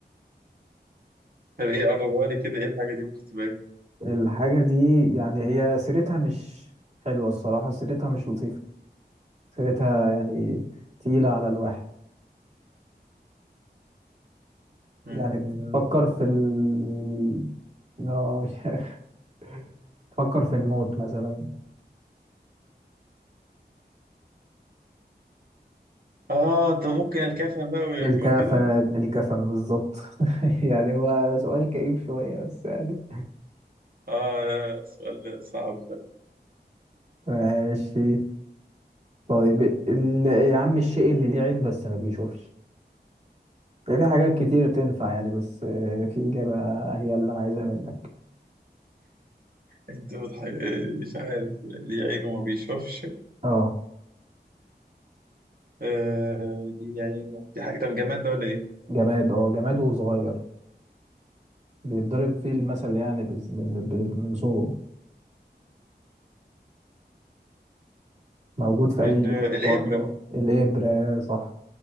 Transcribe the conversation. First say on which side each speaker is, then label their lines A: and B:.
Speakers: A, on the right; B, on the right.
A: طب ايه قربها لي كده ايه الحاجة دي ممكن تبقى ايه
B: الحاجة دي يعني هي سيرتها مش حلوة الصراحة سيرتها مش لطيفة فكرتها يعني تقيلة على الواحد
A: اه
B: يعني تفكر في ال آه، <laughs> مش عارف. تفكر في الموت مثلا
A: آه، طب ممكن الكفن بقى وي-
B: الكفن
A: وكده
B: الكفن بالظبط <laughs> يعني هو سؤال كئيب شوية بس يعني
A: اه لا لا سؤال صعب ده.
B: ماشي طيب ال... يا عم الشيء اللي ليه عين بس ما بيشوفش يعني في حاجات كتير تنفع يعني بس آه، في إجابة هي اللي أنا عايزها منك
A: انت بتح... مش عارف ليه عينه ما بيشوفش
B: اه
A: آه ليه عينه دي حاجة طب جماد ده ولا ايه
B: جماد اه جماد وصغير بيتضرب فيه المثل يعني بس من, ب- من صغره موجود في
A: ال...
B: أي ديت
A: الإبرة
B: برضه الإبرة صح